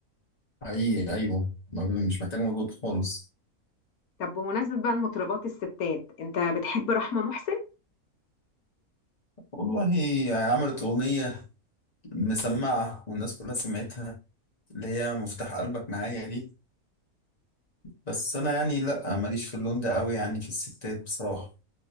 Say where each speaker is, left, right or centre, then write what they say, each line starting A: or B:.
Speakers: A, on the left; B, on the left.
A: حقيقي ايوه ما- مش محتاج مجهود خالص
B: طب بمناسبه بقى المطربات الستات انت بتحب رحمه محسن
A: والله عملت اغنيه مسمعه والناس كلها سمعتها اللي هي مفتاح قلبك معايا دي بس انا يعني لا ماليش في اللون ده قوي يعني في الستات بصراحه